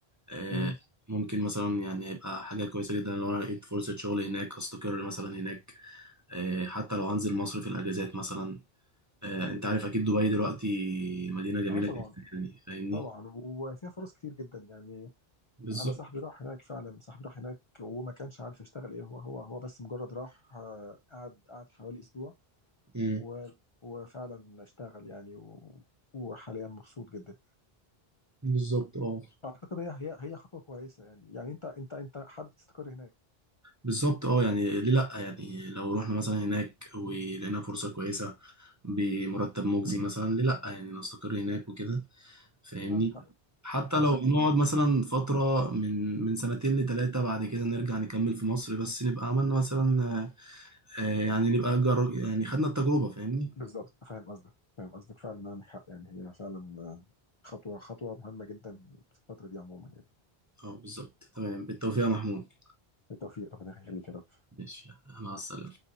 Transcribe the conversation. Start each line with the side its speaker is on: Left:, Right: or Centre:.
Right: آه،
Left: مم.
Right: ممكن مثلا يعني هيبقى حاجه كويسه جدا لو انا لقيت فرصه شغل هناك استقر مثلا هناك آه، حتى لو هنزل مصر في الاجازات مثلا آه، انت عارف اكيد دبي دلوقتي مدينه جميله
Left: اه طبعا
Right: جدا يعني فاهمني
Left: طبعا وفيها فرص كتير جدا يعني
Right: بالظبط
Left: انا صاحبي راح هناك فعلا صاحبي راح هناك وما كانش عارف يشتغل ايه هو هو هو بس مجرد راح آه، قعد قعد حوالي اسبوع
Right: مم.
Left: و... وفعلا اشتغل يعني و... وحاليا مبسوط جدا
Right: بالظبط اه
Left: اعتقد هي هي هي خطوه كويسه يعني يعني انت انت انت حابب تستقر هناك
Right: بالظبط اه يعني ليه لا يعني لو رحنا مثلا هناك ولقينا فرصه كويسه بمرتب مجزي مثلا ليه لا يعني نستقر هناك وكده فاهمني
Left: عندك حق
Right: حتى
Left: عندك
Right: لو هنقعد
Left: حق.
Right: مثلا فترة من من سنتين لتلاتة بعد كده نرجع نكمل في مصر بس نبقى عملنا مثلا آه، آه، يعني نبقى جر... يعني خدنا التجربة فاهمني
Left: بالظبط فاهم قصدك فاهم قصدك فعلا عندك حق يعني هي فعلا آه، خطوه خطوه مهمه جدا في الفتره دي عموما يعني
Right: اه بالظبط تمام بالتوفيق يا محمود
Left: بالتوفيق ربنا يخليك يا رب
Right: ماشي مع السلامة